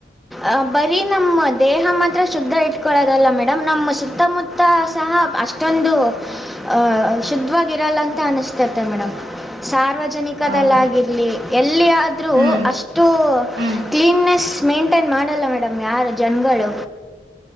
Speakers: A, in the centre; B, on the right.
A: ಅ ಬರೀ ನಮ್ಮ ದೇಹ ಮಾತ್ರ ಶುದ್ಧ ಇಟ್ಕೊಳ್ಳದಲ್ಲ ಮೇಡಮ್ ನಮ್ಮ ಸುತ್ತಮುತ್ತ ಸಹ ಅಷ್ಟೊಂದು ಅ ಶುದ್ಧವಾಗಿರಲ್ಲ ಅಂತ ಅನಿಸ್ತತೆ ಮೇಡಮ್ ಸಾರ್ ನಿಕಧಲ್ಲಾಗಿರಲಿ
B: ಹೌದಾ
A: ಎಲ್ಲಿ ಆದ್ರೂ
B: ಹ್ಮ್
A: ಅಷ್ಟು
B: ಹ್ಮ್
A: ಕ್ಲೀನ್ ನೆಸ್ ಮೇನ್ ಮಾಡಲ್ಲ ಮೇಡಮ್ ಯಾರ ಜನಾಗಳು